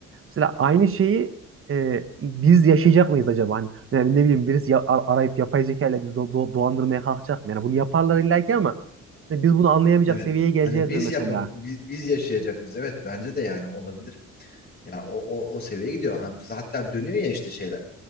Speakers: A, on the right; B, on the left.
A: Mesela aynı şeyi e, biz yaşayacak mıyız acaba? Hani, yani ne bileyim birisi ya- ar- arayıp yapay zeka ile bizi do- do- dolandırmaya kalkacak mı? Yani bunu yaparlar illa ki ama hani biz bunu anlayamayacak
B: Evet.
A: seviyeye geleceğiz
B: Hani biz
A: mi mesela?
B: yapab biz, biz yaşayacak mıyız? Evet bence de yani olabilir. Ya o, o, o seviyeye gidiyor. Ha, Hatta dönüyor ya işte şeyler.